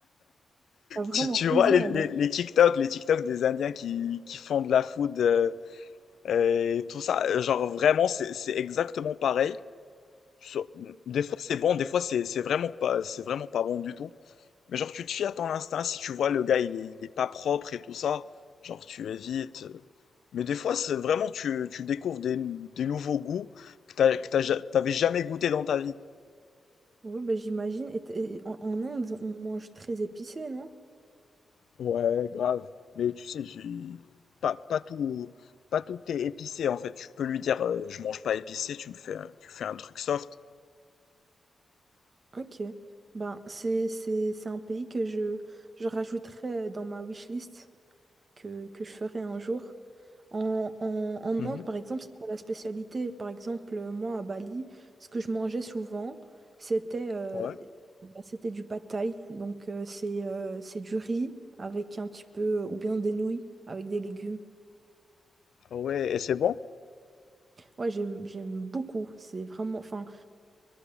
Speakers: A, on the right (about 45°); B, on the left (about 80°).
A: T'as vraiment
B: Tu, tu
A: osé
B: vois les,
A: alors.
B: les, les TikTok, les TikTok des Indiens qui, qui font de la food euh, et tout ça, euh, genre vraiment c'est c'est exactement pareil. Sur- Des fois c'est bon, des fois c'est c'est vraiment pas, c'est vraiment pas bon du tout. Mais genre, tu te fies à ton instinct, si tu vois le gars, il est, il est pas propre et tout ça, genre, tu évites. Mais des fois, c'est vraiment, tu, tu découvres des, des nouveaux goûts que t'as, que t'as ja- t'avais jamais goûté dans ta vie.
A: Oui, bah, j'imagine. Et t- et en, en Inde, on mange très épicé, non?
B: Ouais, grave. Mais tu sais, j'ai- pas, pas tout, pas tout est épicé, en fait. Tu peux lui dire, euh, je mange pas épicé, tu me fais, un- tu fais un truc soft.
A: Ok. Ben, c'est, c'est, c'est un pays que je, je rajouterai dans ma wishlist que, que je ferai un jour. En, en, en
B: Mhm.
A: Inde, par exemple, c'est quoi la spécialité? Par exemple, euh, moi, à Bali, ce que je mangeais souvent, c'était euh,
B: Ouais.
A: bah, c'était du pad thai. Donc, euh, c'est euh, c'est du riz avec un petit peu, ou bien des nouilles avec des légumes.
B: Ah Ouais, et c'est bon?
A: Ouais, j'aime, j'aime beaucoup. C'est vraiment, enfin,